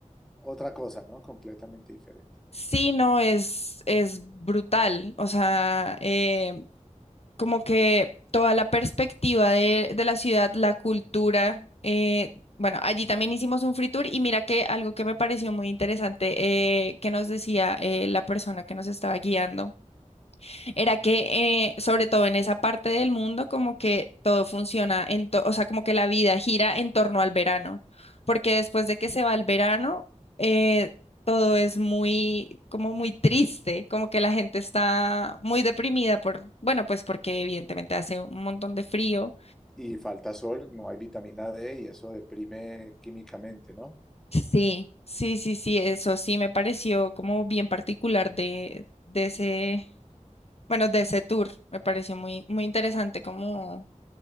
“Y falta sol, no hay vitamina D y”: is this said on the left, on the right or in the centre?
Centre